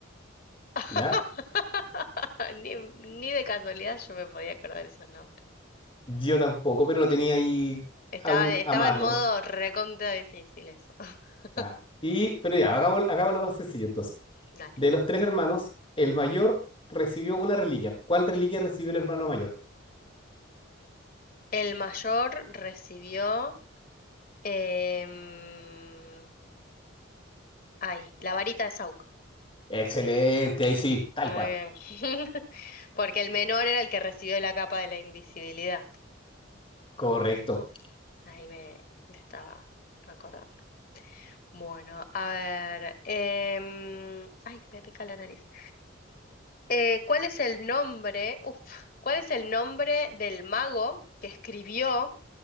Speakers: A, on the left; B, on the left.
A: <laughs>
B: ¿Ya?
A: Ni, ni de casualidad yo me podía acordar esos nombres.
B: Yo tampoco, pero lo tenía ahí
A: Estaba,
B: a, un-
A: estaba
B: a mano.
A: en modo recontra difícil eso. <laughs>
B: Ya. Y, pero ya, hagamos, hagámoslo más sencillo entonces.
A: Dale.
B: de los tres hermanos, el mayor recibió una reliquia. ¿Cuál reliquia recibió el hermano mayor?
A: El mayor recibió, em, ay, la varita de Saúco.
B: Excelente, ahí sí, tal
A: Muy bien.
B: cual.
A: <laughs> Porque el menor era el que recibió la capa de la invisibilidad.
B: Correcto.
A: Ahí me, me estaba acordando. Bueno, a ver. em, Ay, me pica la nariz. Eh, ¿cuál es el nombre? Uf, ¿cuál es el nombre del mago que escribió